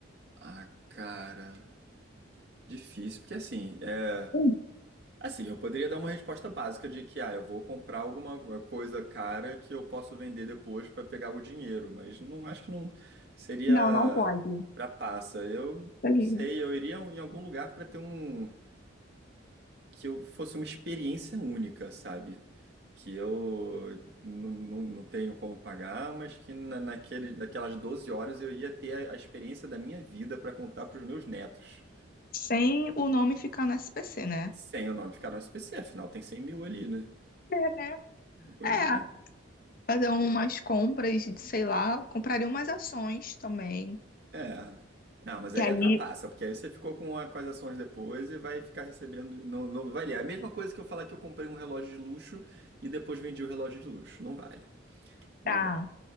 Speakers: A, on the right (about 55°); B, on the left (about 45°).
A: Ah, cara. Difícil, porque assim, é.
B: Hum,
A: Assim, eu poderia dar uma resposta básica de que, ah, eu vou comprar alguma coisa cara que eu posso vender depois pra pegar o dinheiro, mas não acho que não seria
B: Não, não pode. Isso
A: trapaça. Eu
B: Aí.
A: não sei, eu iria em algum lugar pra ter um. Que eu fosse uma experiência única, sabe? que eu nu- nu- não tenho como pagar, mas que na, naquele, naquelas 12 horas eu ia ter a, a experiência da minha vida para contar para os meus netos.
B: Sem o nome ficar no SPC, né?
A: Sem o nome ficar no SPC, afinal tem 100 mil ali, né?
B: É, né?
A: Pois
B: É,
A: é.
B: fazer umas compras, de, sei lá, compraria umas ações também.
A: É. Não, mas aí
B: E aí,
A: atrapassa, porque aí você ficou com, a, com as ações depois e vai ficar recebendo. Não, não vale. É a mesma coisa que eu falar que eu comprei um relógio de luxo e depois vendi o relógio de luxo. Não vale. Não
B: tá
A: vale.